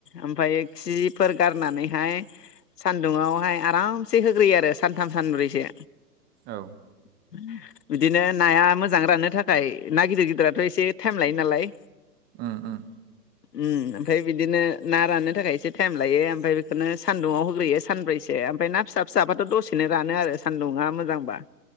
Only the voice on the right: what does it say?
औ।
उम उम।